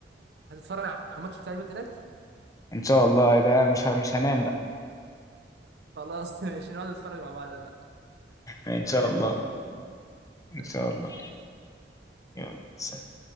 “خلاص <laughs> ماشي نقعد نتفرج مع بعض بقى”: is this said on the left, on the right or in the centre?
Right